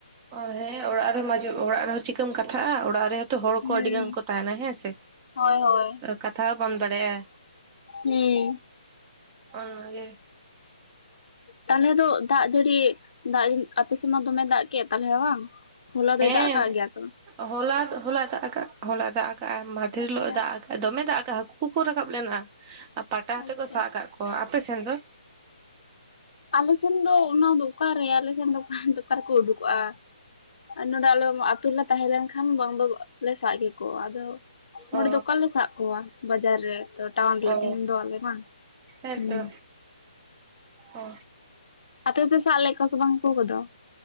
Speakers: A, on the right; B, on the left.
A: ᱚ ᱦᱮᱸ ᱚᱲᱟᱜ ᱨᱮᱦᱚᱸ ᱢᱟᱡ ᱚᱲᱟᱜ ᱨᱮᱦᱚᱸ ᱪᱤᱠᱟᱹᱢ ᱠᱟᱛᱷᱟᱜᱼᱟ ᱚᱲᱟᱜ ᱨᱮ ᱛᱚ ᱦᱚᱲ ᱠᱚ
B: ᱦᱩᱸ
A: ᱟᱹᱰᱤ ᱜᱟᱱ ᱠᱚ ᱛᱟᱦᱮᱱᱟ ᱦᱮᱸ ᱥᱮ
B: ᱦᱳᱭ ᱦᱳᱭ
A: ᱠᱟᱛᱷᱟ ᱦᱚᱸ ᱵᱟᱢ ᱫᱟᱲᱮᱭᱟᱜᱼᱟ
B: ᱦᱩᱸ
A: ᱚᱱᱟ ᱜᱮ
B: ᱛᱟᱦᱞᱮ ᱫᱚ ᱫᱟᱜᱽ ᱡᱟᱹᱲᱤ ᱫᱟᱜᱽ ᱟᱯᱮ ᱥᱮᱫ ᱢᱟ ᱫᱚᱢᱮ ᱫᱟᱜᱽ ᱠᱮᱫ ᱛᱟᱞᱦᱮ ᱵᱟᱝ ᱦᱚᱞᱟ ᱫᱚᱭ
A: ᱦᱮᱸ
B: ᱫᱟᱜ ᱠᱟᱜ ᱜᱮᱭᱟ ᱥᱮ ᱵᱟᱝ
A: ᱦᱚᱞᱟ ᱦᱚᱞᱟᱭ ᱫᱟᱜ ᱟᱠᱟᱫ ᱦᱚᱞᱟᱭ ᱫᱟᱜ ᱟᱠᱟᱫᱼᱟ, ᱢᱟᱦᱟ ᱫᱮᱨ
B: ᱟᱪᱪᱷᱟ
A: ᱦᱤᱞᱚᱜ ᱮ ᱫᱟᱜ ᱟᱠᱟᱫ, ᱫᱚᱢᱮ ᱫᱟᱜᱽ ᱠᱟᱜᱼᱟ ᱦᱟᱹᱠᱩ ᱠᱚᱠᱚ ᱨᱟᱠᱟᱵ ᱞᱮᱱᱟ ᱟᱨ ᱯᱟᱴᱟ ᱛᱮ
B: ᱟᱪᱪᱷᱟ
A: ᱠᱚ ᱥᱟᱵ ᱠᱟᱜ ᱠᱚᱣᱟ ᱟᱯᱮ ᱥᱮᱱ ᱫᱚ?
B: ᱟᱞᱮ ᱥᱮᱱ ᱫᱚ ᱚᱱᱟ ᱫᱚ ᱚᱠᱟᱨᱮ ᱟᱞᱮ ᱥᱮᱱ ᱫᱚ ᱚᱠᱟᱱ ᱫᱚ ᱚᱠᱟᱨᱮᱠᱚ ᱩᱰᱩᱠᱚᱜᱼᱟ ᱱᱚᱰᱮ ᱟᱞᱮ ᱟᱹᱛᱩᱞ ᱞᱮ ᱛᱟᱦᱮᱸ ᱞᱮᱱᱠᱷᱟᱱ ᱵᱟᱝ ᱫᱚ ᱞᱮ ᱥᱟᱜ ᱠᱮᱠᱚᱣᱟ ᱟᱫᱚ ᱱᱚᱰᱮ
A: ᱚ
B: ᱫᱚ ᱚᱠᱟᱞᱮ ᱥᱟᱜ ᱠᱚᱣᱟ ᱵᱟᱡᱟᱨ ᱨᱮ ᱛᱚ ᱴᱟᱣᱟᱱ ᱞᱮ
A: ᱚ
B: ᱛᱮᱦᱮᱱ ᱫᱚ ᱟᱞᱮ ᱢᱟ
A: ᱦᱮᱸᱛᱚ
B: ᱦᱩᱸ
A: ᱚ
B: ᱟᱯᱮ ᱯᱮ ᱥᱟᱵ ᱞᱮᱜ ᱠᱚᱣᱟ ᱥᱮ ᱵᱟᱝ ᱦᱟᱠᱩ ᱠᱚᱫᱚ